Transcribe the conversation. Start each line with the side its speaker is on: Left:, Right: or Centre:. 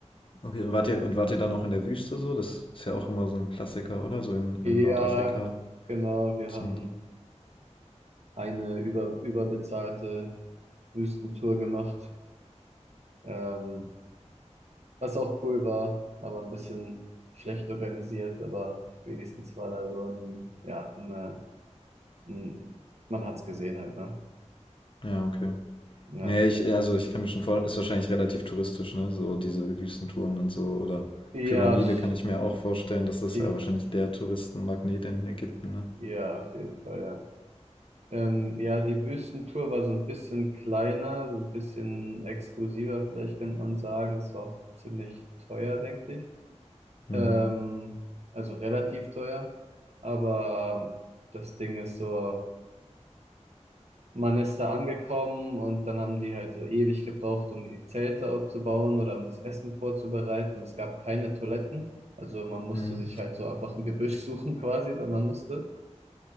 Left: Okay. Und wart ihr, und wart ihr dann auch in der Wüste so? Das ist ja auch immer so ein Klassiker, oder? So in,
Right: Ja,
Left: in Nordafrika.
Right: genau, wir
Left: Dass
Right: haben.
Left: man,
Right: eine über, überbezahlte Wüstentour gemacht, ähm, was auch cool war, aber ein bisschen schlecht organisiert, aber wenigstens war da so ein, ja, ne, ein, man hat's gesehen halt, ne?
Left: ja, okay.
Right: Ja,
Left: Nee, ich, also ich kann mir schon vorstellen, ist wahrscheinlich relativ touristisch, ne? So diese Wüstentouren und so. Oder
Right: ja,
Left: Pyramide
Right: sch-
Left: kann ich mir auch vorstellen, dass das
Right: i-
Left: ja wahrscheinlich der Touristenmagnet in Ägypten, ne?
Right: ja, auf jeden Fall, ja. Ähm, ja, die Wüstentour war so ein bisschen kleiner, so ein bisschen exklusiver, vielleicht könnte man sagen. Es war auch ziemlich teuer, denke ich.
Left: Hm.
Right: Ähm, also relativ teuer. Aber das Ding ist so, man ist da angekommen und dann haben die halt so ewig gebraucht, um die Zelte aufzubauen oder um das Essen vorzubereiten. Es gab keine Toiletten. Also man musste
Left: Hm.
Right: sich halt so einfach ein Gebüsch suchen <laughs> quasi, wenn man musste.